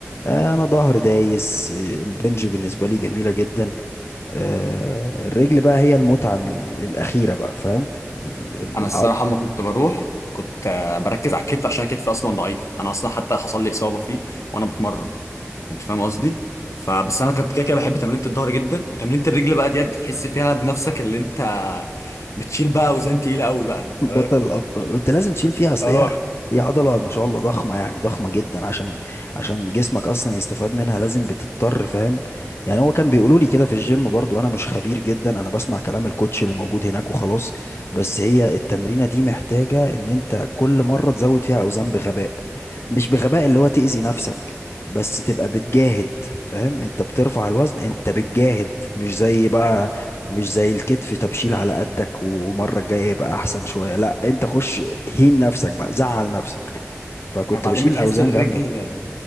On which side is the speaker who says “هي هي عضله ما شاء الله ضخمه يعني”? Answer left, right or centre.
Left